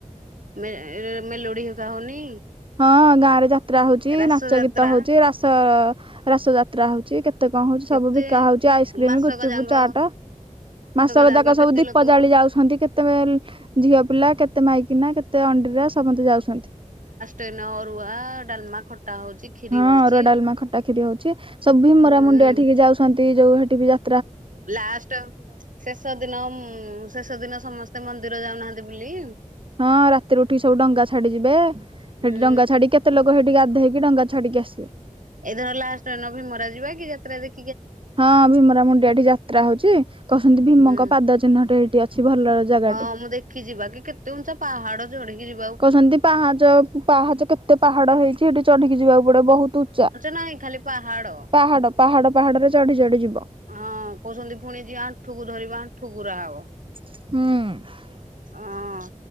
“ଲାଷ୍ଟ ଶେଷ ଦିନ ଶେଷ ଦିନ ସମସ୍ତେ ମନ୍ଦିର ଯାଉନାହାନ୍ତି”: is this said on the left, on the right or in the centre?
Right